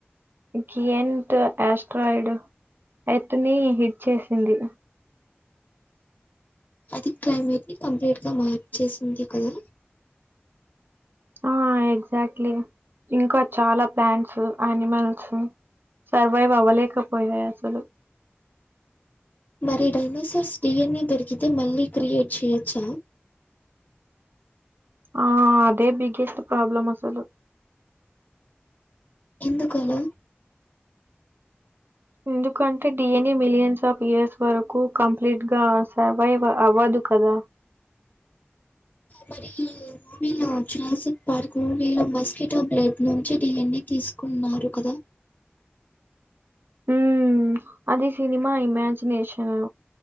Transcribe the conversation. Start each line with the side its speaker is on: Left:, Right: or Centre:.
Right: గియంట్ ఆస్ట్రాయిడ్ ఎర్త్ ని హిట్ చేసింది
Left: అది క్లైమేట్ ని కంప్లీట్ గా మార్చేసింది కదా
Right: ఆ ఎగ్జాక్ట్లీ ఇంకా చాలా ప్లాంట్స్ అనిమల్స్ సర్వైవ్ అవ్వలేకపోయాయి అసలు
Left: మరి డైనోసర్స్ డిఎన్ఏ దొరికితే మళ్ళీ క్రియేట్ చెయొచ్చా
Right: ఆ అదే బిగెస్ట్ ప్రాబ్లమ్ అసలు
Left: ఎందుకు ఆలా
Right: ఎందుకు అంటే డిఎన్ఏ మిలియన్స్ ఆఫ్ ఇయర్స్ వరకు కంప్లీట్ గా సర్వైవ్ వ అవ్వదు కదా
Left: మరి వీళ్ళు ఆ జూరాసిక్ పార్క్ వీళ్ళు మస్కిటో బ్లెడ్ నుంచి డిన్ఎ తీసుకున్నారు కదా
Right: ఉమ్ అది సినిమా ఇమాజినేషను